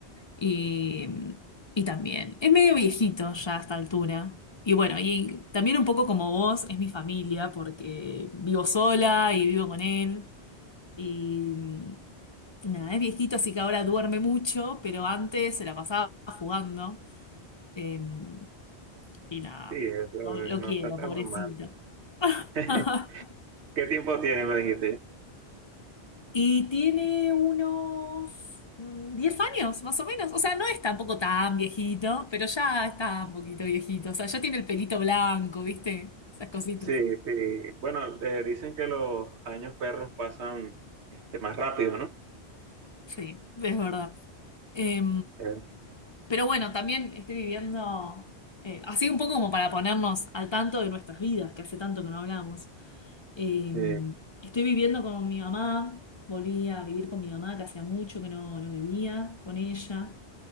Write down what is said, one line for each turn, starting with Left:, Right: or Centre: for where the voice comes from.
Left: Y, em, y también, es medio viejito ya a esta altura. Y bueno, y también un poco como vos, es mi familia porque vivo sola y vivo con él. Y nada, es viejito, así que ahora duerme mucho, pero antes se la pasaba jugando. eh, y nada,
Right: sí, eso
Left: no
Right: es
Left: lo
Right: no
Left: quiero,
Right: es tan
Left: pobrecito.
Right: normal. <laughs> ¿Qué
Left: <laughs>
Right: tiempo tiene, me dijiste?
Left: Y tiene unos mm, 10 años, más o menos. O sea, no es tampoco tan viejito, pero ya está un poquito viejito. O sea, ya tiene el pelito blanco, ¿viste? Esas cositas.
Right: Sí, sí. Bueno, eh, dicen que los años perros pasan este, más rápido, ¿no?
Left: Sí, es verdad. Eh,
Right: Eh,
Left: Pero bueno, también estoy viviendo eh, así un poco como para ponernos al tanto de nuestras vidas, que hace tanto que no hablamos. Eh,
Right: Sí.
Left: estoy viviendo con mi mamá, volví a vivir con mi mamá, que hacía mucho que no, no vivía con ella.